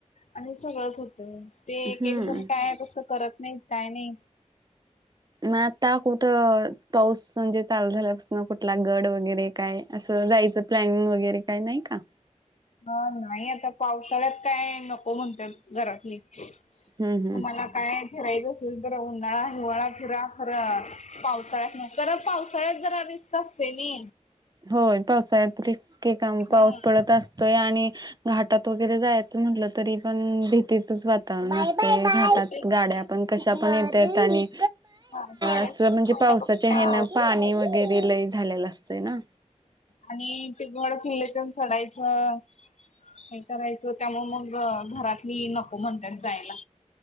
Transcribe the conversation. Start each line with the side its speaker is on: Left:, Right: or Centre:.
Left: आणि सगळंच होतं ते
Right: हम्म
Left: एक एक जण काय तसं करत नाही काय नाही
Right: मग आता कुठं पाऊस म्हणजे चालू झाल्यापासून कुठला गड वगैरे काय असं जायचं प्लॅनिंग वगैरे काही नाही का
Left: हा नाही आता पावसाळ्यात काय नको म्हणत घरातली तुम्हाला
Right: हम्म हम्म
Left: काय फिरायचं असेल तर उन्हाळा हिवाळा फिरा खरं पावसाळ्यात नाही तर पावसाळ्यात जरा रिस्त असते ना
Right: होय पावसाळ्यातके काम पाऊस
Left: हा
Right: पडत असत य आणि घाटात वगैरे जायचं म्हटलं तरी पण भीतीचच वातावरण असत ते घटात
Left: तेच की
Right: गाड्या पण कशा पण येत आहेत आणि
Left: हा गाड्या
Right: अस
Left: स्लीप
Right: म्हणजे
Left: व्हायला
Right: पावसाच्या
Left: बघतात
Right: हेन पाणी वगैरे ल झालेलं असतंय ना
Left: आणि टिकमड किल्लेतण चढायचं हे करायचं त्यामु मग घरातली नको म्हणतात जायला